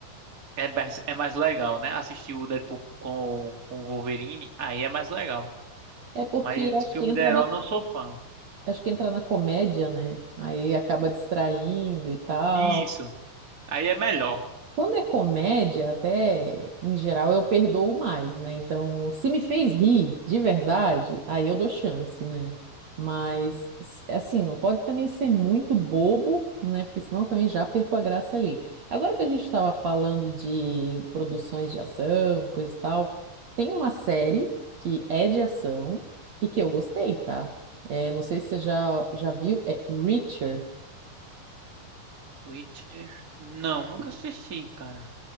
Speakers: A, on the right (about 20°); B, on the right (about 45°).
A: é mais, é mais legal, né? Assistir o Deadpool com, com o Wolverine, aí é mais legal.
B: É porque
A: Mas
B: acho
A: filme
B: que entra
A: de herói
B: na,
A: eu não sou fã.
B: acho que entra na comédia, né? Aí acaba distraindo e tal.
A: Isso, aí é melhor.
B: Quando é comédia, até em geral eu perdoo mais, né? Então, se me fez rir de verdade, aí eu dou chance, né? Mas s- assim, não pode também ser muito bobo, né? Porque senão também já perco a graça ali. Agora que a gente estava falando de produções de ação, coisa e tal, tem uma série que é de ação e que eu gostei, tá? É, não sei se você já, já viu, é Reacher.
A: Witcher? Não, nunca assisti, cara.